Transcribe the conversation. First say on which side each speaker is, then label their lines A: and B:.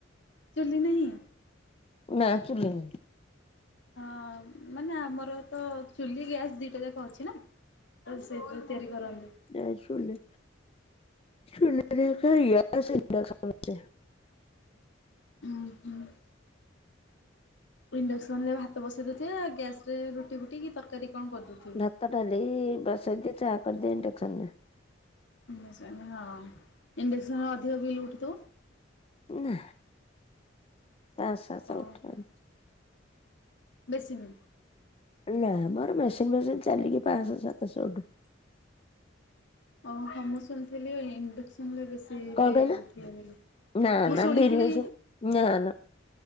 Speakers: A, on the left (about 65°); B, on the left (about 30°).
A: ଚୁଲି ନାହିଁ?
B: ନାଁ ଚୁଲି ନାହିଁ।
A: ହଁ ମାନେ ଆମର ତ ଚୁଲି ଗ୍ୟାସ୍ ଦିଟା ଯାକ ଅଛି ନା। ତ ସେଇଥିରେ ତିଆରି କରନ୍ତି।
B: ନାଇଁ ଚୁଲି, ଚୁଲିରେ ହୁଏ ଗ୍ୟାସ, ଇଣ୍ଡକ୍ସନ। ରେ
A: ଉଁହୁଁ। ଇଣ୍ଡକ୍ସନ ରେ ଭାତ ବସେଇ ଦେଉଥିବେ। ଆଉ ଗ୍ୟାସ ରେ ରୁଟି ଫୁଟି କି ତରକାରୀ କଣ କରିଦଉଥିବେ।
B: ଭାତ ଡାଲି ବସେଇଦିଏ ଚା କରିଦିଏ ଇଣ୍ଡକ୍ସନ ରେ।
A: ଇଣ୍ଡକ୍ସନ୍ ହଁ ଇଣ୍ଡକ୍ସନରେ ଅଧିକ ବିଲ୍ ଉଠୁଥିବ?
B: ନାଁ ପାଞ୍ଚସହ ସାତଶହ
A: ଓହୋ।
B: ଉଠେ।
A: ବେଶୀ ନୁହେଁ।
B: ନାଁ ମ ଆମର ମେସିନ ଫେସିନ୍ ଚାଲିକି ପାଞ୍ଚଶହ ସାତଶହ ଉଠେ।
A: ଓହ ମୁଁ ଶୁଣିଥିଲି ଇଣ୍ଡକ୍ସନ ରେ ବେଶୀ
B: କଣ
A: ବିଲ୍
B: କହିଲ
A: ଉଠିବ ବୋଲି
B: ନା
A: ମୁଁ
B: ନା
A: ଶୁଣିଥିଲି
B: ବିରି ମେସିନ୍ ନା ନା